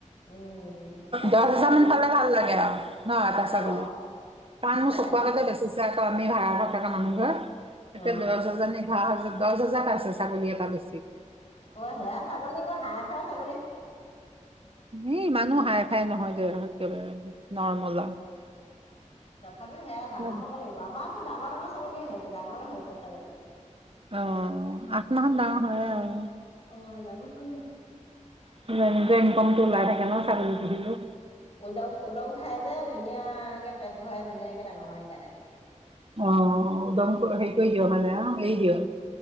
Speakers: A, on the left (about 50°); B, on the right (about 45°).
A: উম এ
B: দহ
A: চেপাই
B: হাজাৰ
A: দিছো
B: মান পালে ভাল লাগে আৰু ন এটা
A: অ
B: ছাগলী কাৰণ মোৰ
A: এ
B: চকুৱ
A: এটা
B: আগতে বেচিছে আকৌ আমি ভাড়া ঘৰত থকা মানুহ যে।
A: অ
B: এতিয়া দহ হাজাৰ নি <unintelligible> দহ হাজাৰ পায়ছে, ছাগলী এটা বেছি।
A: অ', সেয়া ছাগলী একে হাই ফাই ছা
B: ই, ইমানো হাই, ফাই নহয়। যে, একেবাৰে নৰ্মেল
A: তথাপিও, সেয়া
B: আৰু
A: ডাঙৰ হ'ব লাগিব, আমাৰ এইটো ডাঙৰ, ডাঙৰ ছাগলীয়ে হৈ যায়, ডাঙৰে হৈ যায় ছাগলী।
B: অ', আঠ মাহত ডাঙৰ হয়, আৰু।
A: অ', ডাঙৰ হৈ যায়।
B: <unintelligible> ইনকমটো ওলাই থাকে ন? ছাগলী পুহিলেও।
A: উদং, উদং খাই যে, ধুনীয়াকে পেট ভৰে, ধুনীয়াকে ডাঙৰ হয়, সেইকাৰণে।
B: অ', উদং হেই
A: উম
B: কৰি দিয় মানে অ' <unintelligible> দিয়?